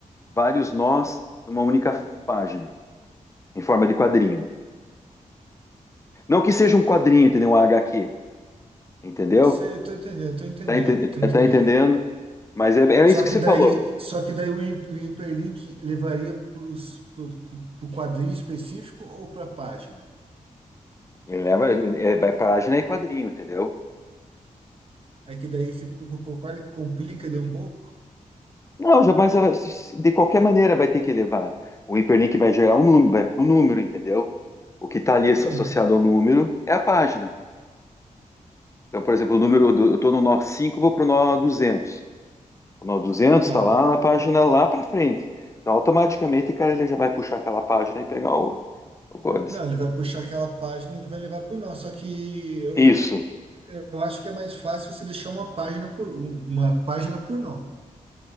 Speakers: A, on the left (about 20°); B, on the right (about 45°).
A: vários nós numa única página, em forma de quadrinho. Não que seja um quadrinho, entendeu? Um HQ, entendeu?
B: Eu sei, eu tô entendendo, tô entendendo,
A: Tá, ente-
B: tô
A: tá-
B: entendendo.
A: tá entendendo? Mas é, é
B: Só
A: isso que
B: que
A: você
B: daí,
A: falou.
B: só que daí o, hi- o hiperlink levaria pros, pro, pro quadrinho específico ou para a página?
A: Ele leva, ele- é- vai página e quadrinho, entendeu?
B: É que daí fica, concorda que complica de um pouco?
A: Não, já, mas ah, se- de qualquer maneira vai ter que levar. O hiperlink vai gerar um número, vai para o número, entendeu? O que está ali associado
B: Sim,
A: ao número é a página. Então, por exemplo, o número, do- eu estou no nó 5, vou para o nó 200. O nó duzentos
B: Tá.
A: está lá na página lá para frente. Então, automaticamente, cara, ele já vai puxar aquela página e pegar o, o coisa.
B: Não, ele vai puxar aquela página e vai levar para o nosso. Só que eu,
A: Isso.
B: eu acho que é mais fácil se deixar uma página por um, uma página por nó.